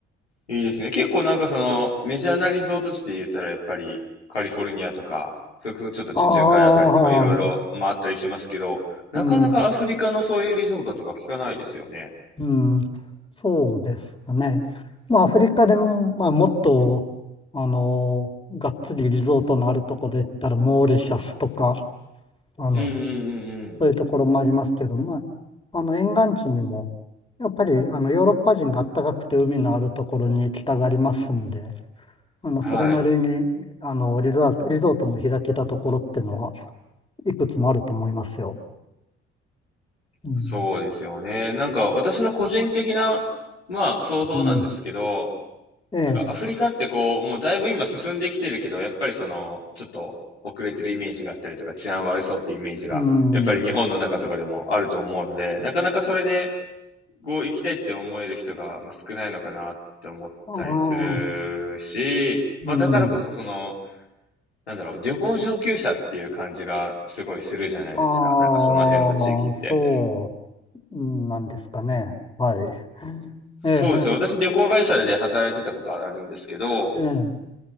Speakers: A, on the left; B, on the left.
A: いいですね。結構なんかそのメジャーなリゾート地で言ったらやっぱりカリフォルニアとか、それこそちょっと地中海あたりとかいろいろまああったりしますけど、
B: ああ、ね
A: なかなかアフリカのそういうリゾートとか聞かないですよね。
B: うん、うん、そうですかね。まあ、アフリカでも、まあ、もっと、あの、がっつりリゾートのあるところで言ったら、モーリシャスとか、あの、
A: うんうんうんうん。
B: そういうところもありますけど、まあ、あの、沿岸地にも、やっぱり、あの、ヨーロッパ人が暖かくて海のあるところに行きたがりますんで、あの、
A: はい。
B: それなりに、あの、リゾート、リゾートの開けたところってのは、いくつもあると思いますよ。うん。
A: そうですよね。なんか私の個人的な、まあ想像なんですけど、
B: うん。ええ。
A: なんかアフリカってこう、もうだいぶ今進んできてるけど、やっぱりその、ちょっと遅れてるイメージがあったりとか、治安悪そうっていうイメージが、
B: うん。
A: やっぱり日本の中とかでもあると思うので、なかなかそれで、こう行きたいって思える人が、まあ、少ないのかなって思ったりするし、
B: ああ、うん。
A: まあだからこそその、なんだろう、旅行上級者っていう感じがすごいするじゃないですか。
B: あ
A: なんかその辺の地域って。
B: あ、そうなんですかね。はい。
A: そうですよ。
B: ええ、
A: 私旅行会社で働いてたことあるんですけど、
B: ええ、ええ